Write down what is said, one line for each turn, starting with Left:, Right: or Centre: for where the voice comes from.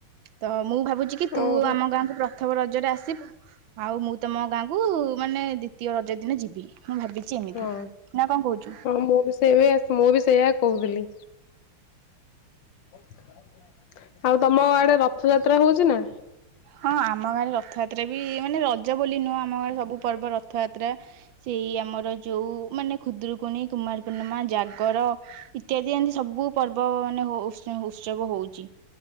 Right: ତ ମୁଁ ଭାବୁଚି କି ତୁ
Left: ଓହୋ
Right: ଆମ ଗାଁକୁ ପ୍ରଥମ ରଜରେ ଆସିବୁ। ଆଉ ମୁଁ ତମ ଗାଁକୁ ମାନେ ଦ୍ଵିତୀୟ ରଜ ଦିନ ଯିବି। ମୁଁ ଭାବିଛି ଏମିତି
Left: ହଁ
Right: ନା କଣ କହୁଛୁ?
Left: ହଁ ମୁଁ ବି ସେଇ ବି ଆ ମୁଁ ବି ସେଇଆ କୋହୁଥିଲି। ଆଉ ତମ ଆଡ଼େ ରଥଯାତ୍ରା ହୋଉଚି ନାଁ?
Right: ହଁ ଆମ ଗାଁରେ ରଥଯାତ୍ରା ବି ମାନେ ରଜ ବୋଲି ନୁହଁ ଆମ ଗାଁରେ ସବୁ ପର୍ବ ରଥଯାତ୍ରା ସେଇ ଆମର ଯୋଉ ମାନେ ଖୁଦୁରୁକୁଣୀ କୁମାର ପୂର୍ଣ୍ଣମା ଜାଗର ଇତ୍ୟାଦି ଏନ୍ତି ସବୁ ପର୍ବ ମାନେ ଉ ଉତ୍ସ ଉତ୍ସବ ହୋଉଚି।